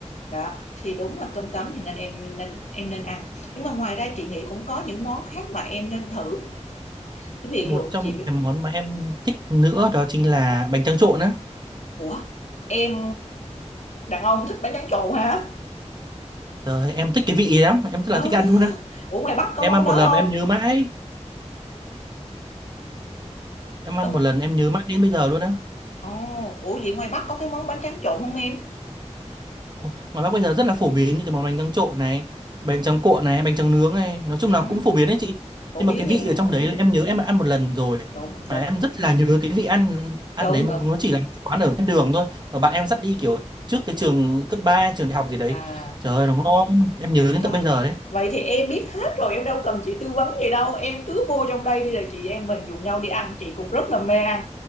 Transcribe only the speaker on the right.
Một
trong
những cái món mà em thích nữa đó chính là bánh tráng trộn á.
Trời ơi, em thích cái vị ấy lắm, em rất
là thích ăn luôn á.
em
ăn
một lần
mà em nhớ mãi em ăn
một lần em nhớ mãi đến bây giờ luôn á
Ồ, ngoài Bắc bây giờ rất là phổ biến những cái món bánh tráng trộn này bánh tráng cuộn này bánh tráng nướng này nói chung
là cũng phổ biến đấy chị
nhưng
mà cái vị
ở trong đấy là em nhớ em đã ăn một lần rồi
mà
em rất là nhớ cái vị ăn ăn
đấy mà
nó chỉ là một cái quán ở ven đường thôi mà bạn em dắt đi kiểu trước cái trường cấp ba trường đại học gì đấy
trời ơi nó ngon em nhớ đến
tận bây giờ đấy